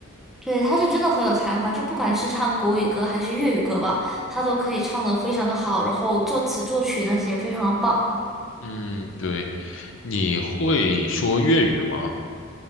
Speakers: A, in the centre; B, on the left (about 65°).
A: 对，他是真的很有才华，就不管是唱国语歌还是粤语歌吧，他都可以唱的非常的好，然后作词作曲那些也非常的棒。
B: 嗯，对，你会说粤语吗？